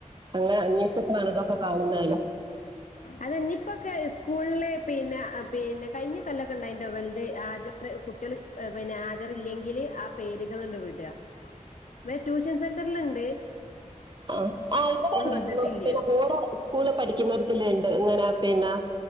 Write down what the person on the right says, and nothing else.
അങ്ങനെ അന്വേഷിച്ചപ്പളാണ് ഇതൊക്ക കാണുന്നാലോ
ആഹ് ആഹ് ഇവിടെണ്ട്
പിന്നെ മോളെ സ് സ്കൂള് പഠിക്കിന്നടത്തില്ണ്ട് ഇങ്ങനാ പിന്നാ